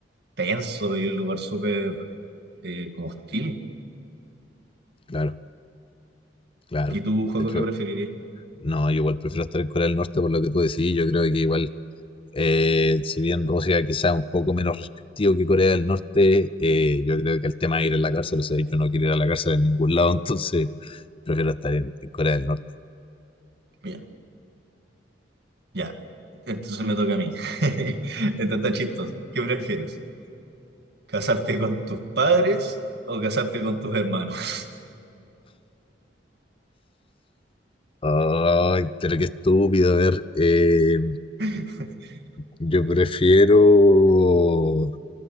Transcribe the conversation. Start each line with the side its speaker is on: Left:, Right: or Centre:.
Right: tenso y un lugar súper eh, como hostil.
Left: claro, claro.
Right: ¿Y tú, Juego,
Left: De hecho,
Right: qué preferirías?
Left: no, yo igual prefiero estar en Corea del Norte por lo que tú decís. Yo creo que igual, eh, si bien Rusia quizá es un poco menos restrictivo que Corea del Norte, eh, yo creo que el tema de ir a la cárcel, o sea, yo no quiero ir a la cárcel en ningún lado, <laughs> entonces prefiero estar en en Corea del Norte.
Right: Bien, ya. Entonces me toca a mí. <laughs> Esta está chistosa. ¿Qué prefieres? ¿Casarte con tus padres o casarte con tus hermanos?
Left: Ay, pero qué estúpido. A ver, eh,
Right: <laughs>
Left: yo prefiero,